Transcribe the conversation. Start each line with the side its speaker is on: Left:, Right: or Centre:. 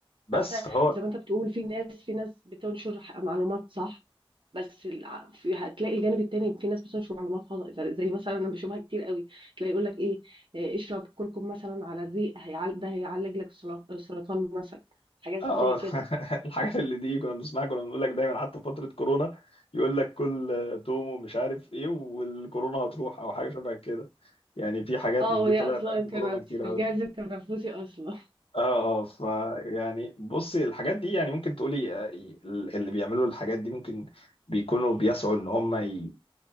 Left: بس
Right: حتى
Left: فهو
Right: زي ما أنت بتقول في ناس في ناس بتنشر ح- معلومات صح بس الع- في هتلاقي الجانب التاني في ناس بتنشر معلومات خطأ زي زي مثلا أنا بشوفها كتير قوي تلاقي يقول لك إيه إيه، اشرب كركم مثلا على الريق هيعال ده هيعالج لك السلا- السرطان مثلا حاجات
Left: اه
Right: زي
Left: آه. <laughs>
Right: كده
Left: الحاجات اللي دي كنا بنسمعها كنا بنقول لك دايما حتى في فترة كورونا يقول لك كل توم ومش عارف ايه والكورونا هتروح او حاجة شبه كده يعني في حاجات
Right: اه
Left: من
Right: وهي
Left: دي طلعت
Right: أصلا
Left: ايام
Right: كانت
Left: كورونا كتير
Right: في
Left: قوي
Right: الجهاز التنفسي أصلا
Left: اه اه ف يعني بصي الحاجات دي يعني ممكن تقولي آه، ال- اللي بيعملوا الحاجات دي ممكن بيكونوا بيسعوا ان هم ي-